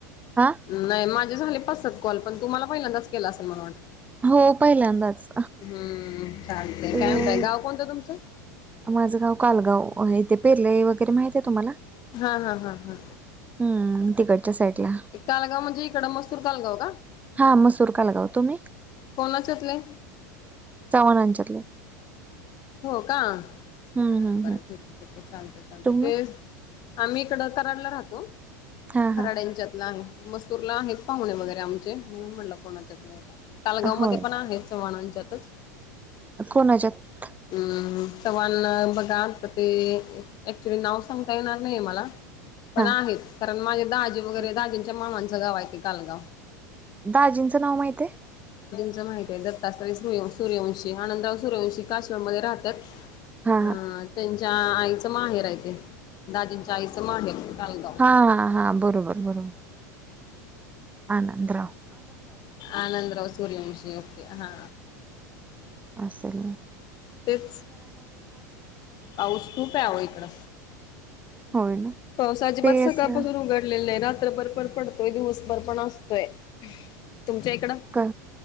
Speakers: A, on the right; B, on the left.
A: हा
B: नाही माझे झाले पाच सात. कॉल पण तुमलाहिल्यांदा के असेल मला वाटं
A: हो पहिल्यांदाच
B: हम्म चालतय
A: ते
B: काय म्हणतय गाव कोणतं तुमचं
A: माझं गाव कालगाव इथे पेरले वगैरे माहित आहे तुम्हाला
B: हा हा हा हा.
A: हम्म तिकडच्या साईडला
B: एक कालगाव म्हणजे इकडममस्तूर कालगाव का.
A: हा मसूर का लगाव तुम्ही.
B: कोणाच्यातले.
A: चव्हाणांच्यातले
B: हो का
A: हम्म
B: बर
A: हम्म
B: बरं
A: हम्म
B: ठीक ठीक चालते चालते
A: तुम्ही
B: ते आम्ही इकडं कराडला राहतो.
A: हा
B: खराड्यांच्यातला
A: हा
B: आहे. मसुरला आहेत पाहुणे वगैरे आमचे म्हणून म्हटलं. कोणाच्यात कालगाव
A: होय
B: मध्ये पण आहेत. चव्हाणांचे सतत
A: कोणाच्यात
B: हम हम चव्हाण बघा ते ऍक्चुली नाव सांगता येणार नाही. मला पण
A: हा
B: आहेत कारण माझे दाजी वगैरे
A: हो
B: दाजींच्या
A: का
B: मामांचं गाव आहे ते कालगाव.
A: दाजींचं नाव माहित आहे.
B: माहित आहे. दत्तात्रय सूर्यवंशी, आनंदराव सूर्यवंशी, काशीळमध्ये राहतात.
A: हा
B: अ
A: हा
B: त्यांच्या आईचं माहेर आहे ते, दाजींच्या आईचं माहेर कालगाव
A: हा हा हा बरोबर बरोबर. हा आंनदराव
B: आनंदराव सूर्यंवंशी ओके हा.
A: असलं.
B: तेच पाऊस खूप आहे. आव इकडं
A: होय ना
B: पाऊस अजिबात
A: ते असं
B: सकाळपासून उघडलेला नाही. रात रात्रभर पण पडतोय दिवसभर पण असतोय. तुमच्या इकडं
A: का